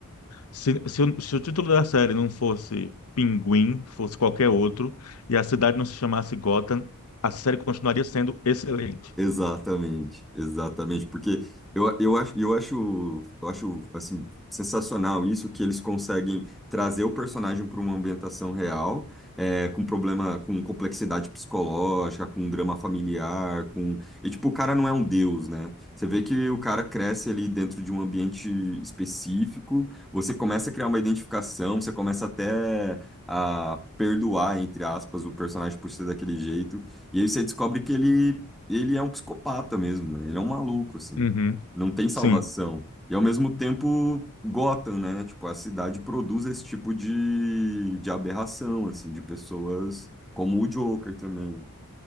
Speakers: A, on the left (about 80°); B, in the centre.
A: se, se, o, se o título da série não fosse Pinguim, fosse qualquer outro, e a cidade não se chamasse Gotham, a série continuaria sendo excelente.
B: Exatamente, exatamente, porque eu, eu acho, eu acho, eu acho assim, sensacional isso que eles conseguem trazer o personagem para uma ambientação real, é, com problema, com complexidade psicológica, com drama familiar, com e tipo o cara não é um deus, né? Você vê que o cara cresce ali dentro de um ambiente específico, você começa a criar uma identificação, você começa até a perdoar, entre aspas, o personagem por ser daquele jeito. E aí você descobre que ele ele é um psicopata mesmo, né? Ele é um maluco, assim.
A: Uhum.
B: Não tem salvação.
A: Sim,
B: E ao mesmo tempo, Gotham, né? Tipo, a cidade produz esse tipo de, de aberração, assim, de pessoas como o Joker também.